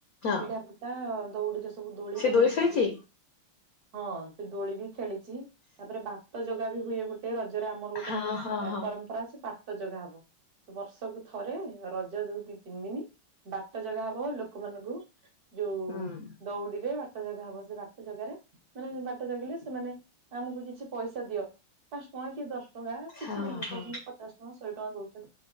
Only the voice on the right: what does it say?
ପିଢା ଫୁଟା ଦଉଡିରେ ସବୁ ଦୋଳି
ବନେଇଛନ୍ତି
ହଁ ସେ ଦୋଳି ବି ଖେଳିଛି ତାପରେ ବା ପାଟ ଯୋଗା ବି ହୁଏ ଗୋଟେ ରଜରେ ଆମର ଗୋଟେ
ପରମ୍ପରା ଅଛି ପାଟ ଯୋଗା ହବ ବର୍ଷକୁ ଥରେ ରଜ ଦୋଉ ଦି ତିନି ଦିନ ବାଟ ଯାଗା ହବ ଲୋକମାନାନଙ୍କୁ ଯୋଉ
ଦଉଡିରେ ବାଟ ଜାଗା ହବ ସେ ବାଟ ଜାଗାରେ ମାନେ ବାଟା ଜଗିଲେ ସେମାନେ ଆମକୁ କିଛି ପଇସା ଦିଅ ପାଞ୍ଚ ଟଙ୍କା କି ଦଶ ଟଙ୍କା ଟଙ୍କା କିଛି
ବି ଲୋକ
ଅଛନ୍ତି ପଚାଶ ଟଙ୍କା ଶହେ ଟଙ୍କା ଦଉଛନ୍ତି